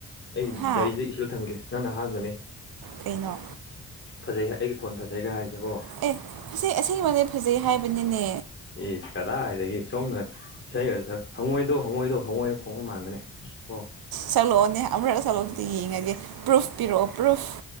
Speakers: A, on the left; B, on the right.
A: ꯑꯩ
B: ꯍꯥ
A: ꯗꯥꯏꯔꯤꯗ ꯏꯁꯨ ꯊꯝꯒꯦ ꯅꯪꯅ ꯑꯍꯥꯟꯕꯅꯦ
B: ꯀꯩꯅꯣ
A: ꯐꯖꯩ ꯑꯩꯒꯤ ꯐꯣꯟ ꯐꯖꯩꯒ ꯍꯥꯏꯁꯤꯕꯣ
B: ꯑꯦ ꯑꯁꯤ ꯑꯦꯡꯕꯩ ꯐꯖꯩ ꯍꯥꯏꯕꯅꯤꯅꯦ
A: ꯏꯁ ꯀꯗꯥꯏꯗꯒꯤ ꯁꯣꯝꯅ ꯏꯁꯩ ꯈ ꯍꯪꯉꯣꯏꯗꯣ ꯍꯪꯉꯣꯏꯗꯣ ꯍꯪꯉꯣꯏꯅ ꯈꯣꯡꯕ ꯃꯥꯟꯕꯅꯦ ꯑꯣ
B: ꯁꯛꯂꯛꯑꯣꯅꯦ ꯑꯃꯨꯔꯛ ꯁꯛꯂ‌ꯣ ꯗꯨꯗ ꯌꯦꯡꯉꯒꯦ ꯄ꯭ꯔꯨꯐ ꯄꯤꯔꯛꯑꯣ ꯄ꯭ꯔꯨꯐ